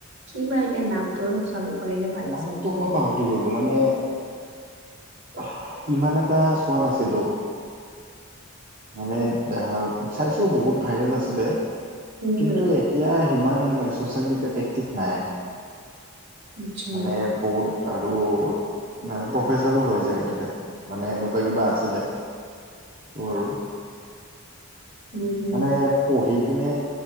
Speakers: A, on the right (about 60°); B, on the right (about 40°).
A: কি বা এতিয়া নামটো চাব পাৰিলে ভাল
B: নামটো
A: আছিল।
B: মই পাহৰি গলো মানে অহ, ইমান এটা চোৱা নাছিলোঁ। মানে আহ, চাইছোঁ বহুত ভাইৰেল আছিলে।
A: উম
B: কিন্তু
A: হম
B: এতিয়া সিমান চচিয়েল মিডিয়াত একটিভ নাই।
A: আচ্ছা
B: মানে বহুত আৰু নাই প্ৰফেচাৰো হয় চাগে তেখেত মানে এনেকুৱা কিবা আছিলে। স্মৰো
A: উম হম
B: মানে পঢ়ি কিনে